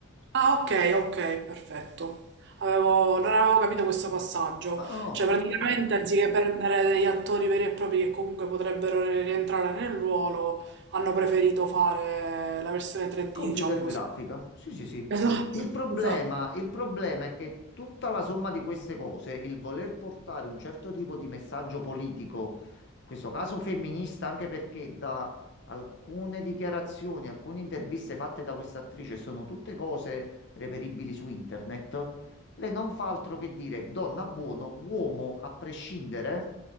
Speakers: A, on the right; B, on the left.
A: ah, ok, ok, perfetto. Avevo- non avevo capito questo passaggio,
B: no, no,
A: cioè
B: no,
A: praticamente
B: non-
A: anziché prendere degli attori veri e propri che comunque potrebbero ri- rientrare nel ruolo, hanno preferito fare la versione 3D,
B: Computer
A: diciamo così.
B: grafica, sì, sì, sì.
A: Esatto,
B: Il problema,
A: esatto.
B: il problema è che tutta la somma di queste cose, il voler portare un certo tipo di messaggio politico, in questo caso femminista, anche perché da alcune dichiarazioni, alcune interviste fatte da questa attrice sono tutte cose reperibili su internet, lei non fa altro che dire donna buono, uomo a prescindere